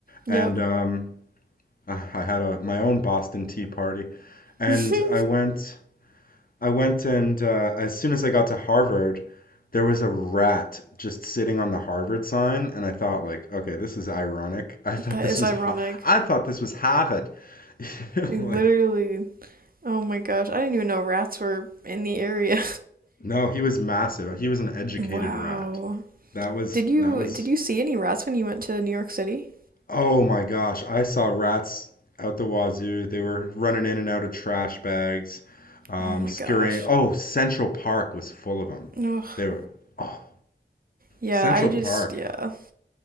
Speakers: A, on the right; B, on the left.
A: yep.
B: and um, I I had a my own Boston Tea party, and
A: <laughs>
B: I went. I went and uh, as soon as I got to Harvard, there was a rat just sitting on the Harvard sign, and I thought, like, okay, this is ironic. I thought
A: That
B: this
A: is
B: was,
A: ironic.
B: Ha- I thought this was Harvard. <laughs>
A: I literally
B: Like,
A: Oh my gosh, I didn't even know rats were in the area.
B: no, he was massive. He was an
A: <laughs>
B: educated
A: Wow.
B: rat. That was
A: Did you
B: that was.
A: did you see any rats when you went to New York City?
B: Oh my gosh, I saw rats out the wazoo. They were running in and out of trash bags, um,
A: Oh my
B: scurrying.
A: gosh.
B: Oh, Central Park was full of them.
A: Ugh.
B: They were. Oh,
A: Yeah,
B: Central
A: I just,
B: Park.
A: yeah.